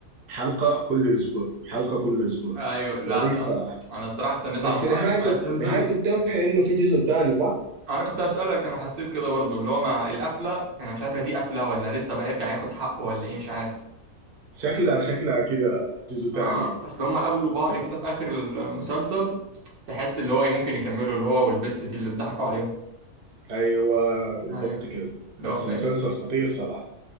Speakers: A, on the right; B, on the right.
A: حلقه كل اسبوع حلقه كل اسبوع
B: ايوه لا
A: ظريف
B: لا
A: صراحه
B: انا الصراحه استنيت
A: بس
B: على ما
A: نهايته
B: 10 حلقات تنزل
A: نهايته
B: و...
A: بتوحي انه في جزء تاني صح؟
B: انا كنت اسالك انا حسيت كده برضو اللي هو مع القفله انا مش عارف هي دي قفله ولا لسه بقى هيرجع ياخد حقه ولا ايه مش عارف
A: شكلها شكلها كده جزء تاني
B: اه
A: يعني
B: اصل هم قابلوا بعض
A: شكل
B: كده في اخر المسلسل تحس اللي هو ايه ممكن يكملوا اللي هو والبت دي اللي اتضحكوا عليهم
A: ايوه بالضبط
B: ايوه
A: كده
B: لو
A: بس
B: فاكر
A: مسلسل خطير صراحه